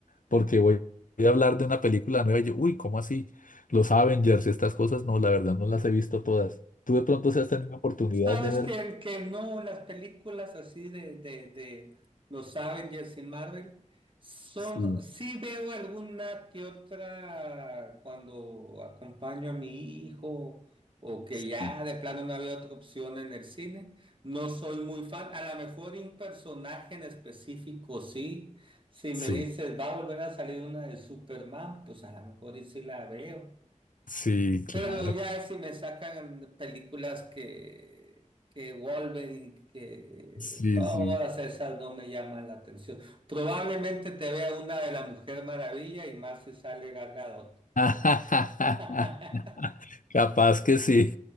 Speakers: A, on the left (about 80°); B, on the right (about 40°).
A: porque voy, voy a hablar de una película nueva y yo, uy, ¿cómo así? Los Avengers y estas cosas, no, la verdad no las he visto todas. ¿Tú de pronto si has tenido oportunidad
B: Sabes
A: de ver?
B: que, que no, las películas así de, de, de los Avengers y Marvel son,
A: Sí,
B: sí veo alguna que otra cuando acompaño a mi hijo o que
A: sí.
B: ya de plano no había otra opción en el cine. No soy muy fan, a lo mejor de un personaje en específico, sí. Si
A: Sí.
B: me dices, va a volver a salir una de Superman, pues a lo mejor y sí la veo.
A: Sí, claro.
B: Pero ya si me sacan películas que, que Wolverine, que
A: Sí,
B: todas
A: sí.
B: esas no me llaman la atención. Probablemente te vea una de la Mujer Maravilla y más si sale Gal Gadot.
A: <laughs>
B: <laughs>
A: Capaz que sí.